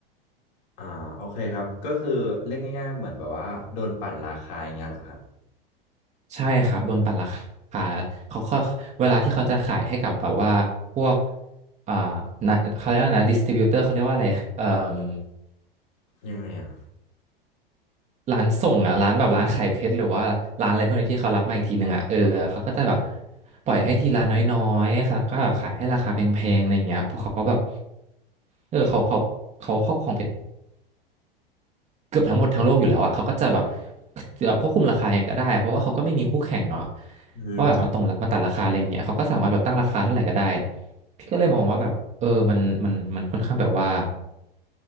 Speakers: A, on the left; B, on the right.
A: อ่าโอเคครับก็คือเรียกง่ายๆเหมือนแบบว่าโดนปั่นราคาอย่างเงี้ยเหรอครับ
B: ใช่ครับโดนปั่นราคาเขาก็เวลาที่เขาจะขายให้กับแบบว่าพวกอ่านะเขาเรียกว่านะดิสติบิวเตอร์เขาเรียกว่าอะไรเอ่ม
A: ยังไงอ่ะ
B: ร้านส่งอ่ะร้านแบบร้านขายเพชรหรือว่าร้านอะไรพวกนี้ที่เขารับมาอีกทีหนึ่งอ่ะเออเขาก็จะแบบปล่อยให้ทีละน้อยๆค่ะก็แบบขายให้ราคาแพงๆอะไรอย่างเงี้ยเพราะเขาแบบเออเขาเขาเขาครอบครองเพชร เกือบทั้งหมดทั้งโลกอยู่แล้วอ่ะเขาก็จะแบบแบบควบคุมราคายังไงก็ได้เพราะว่าเขาก็ไม่มีคู่แข่งเนาะ
A: อืม
B: ว่าแบบมาตรงมาตัดราคาอะไรอย่างเงี้ยเขาก็สามารถแบบตั้งราคาเท่าไหร่ก็ได้พี่ก็เลยมองว่าแบบเออมันมันมันค่อนข้างแบบว่า